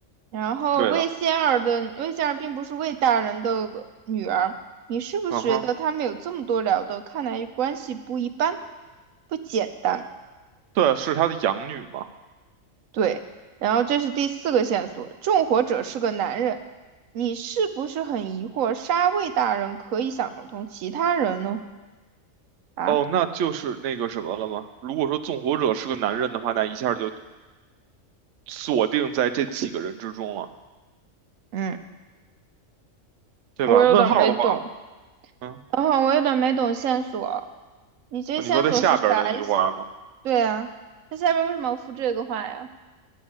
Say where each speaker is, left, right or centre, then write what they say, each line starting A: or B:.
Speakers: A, on the right (about 80°); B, on the right (about 70°).
A: 然后魏仙儿的魏仙儿并不是魏大人的女儿，
B: 对的，
A: 你是不是觉得他们有这么多聊的？
B: 嗯哼，
A: 看来关系不一般，不简单。
B: 对，是他的养女嘛？
A: 对，然后这是第四个线索，纵火者是个男人，你是不是很疑惑杀魏大人可以想得通，其他人呢？啊，
B: 哦，那就是那个什么了吗？如果说纵火者是个男人的话，那一下就锁定在这几个人之中了，
A: 嗯，
B: 对吧？
A: 我有点没懂，
B: 问号的话。嗯
A: 等会儿我有点没懂线索，你这线索是啥意思？
B: 你说在下边的那句话吗？
A: 对啊，那下边为什么要附这个话呀？